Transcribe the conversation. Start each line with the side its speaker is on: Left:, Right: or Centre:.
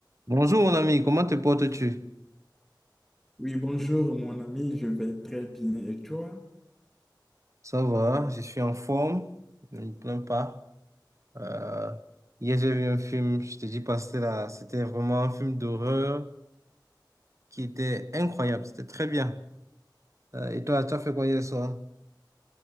Right: Bonjour mon ami, comment te portes-tu?
Centre: Oui, bonjour mon ami, je vais très bien. Et toi?
Right: Ça va, je suis en forme, ne me plains pas. Euh, hier j'ai vu un film, je te dis pas, c'était là, c'était vraiment un film d'horreur qui était incroyable, c'était très bien. Euh, et toi, tu as fait quoi hier soir?